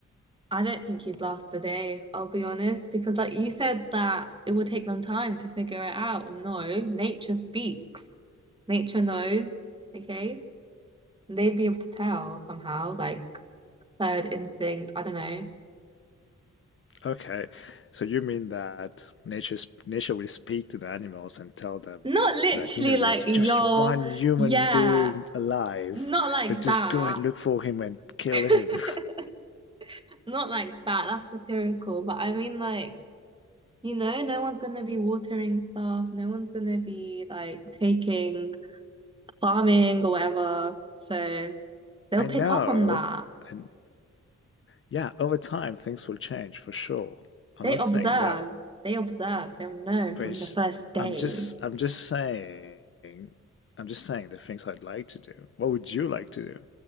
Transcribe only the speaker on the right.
I don't think you'd last a day, I'll be honest, because like you said that it would take them time to figure it out. No, nature speaks. Nature knows, okay? And They'd be able to tell somehow, like third instinct, I don't know.
Not literally
like,
yo,
yeah,
not like
that.
<laughs>
Not like that, that's satirical. But I mean, like, you know, no one's gonna be watering stuff, no one's gonna be like taking farming or whatever. So
they'll
pick
up on that.
They
observe,
they observe, they'll know
from
the first day.